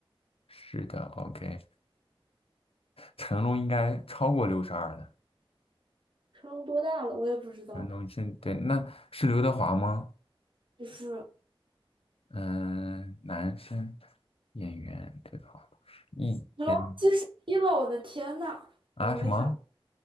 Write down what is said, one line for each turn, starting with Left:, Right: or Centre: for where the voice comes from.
Left: 是的，OK，成龙应该超过六十二了，
Right: 成龙多大了？我也不知道，
Left: 成龙是对，那是刘德华吗？
Right: 就是
Left: 嗯，男生演员，对德华不是一嗯
Right: 成龙一了，我的天呐，
Left: 啊什么？
Right: 我没想，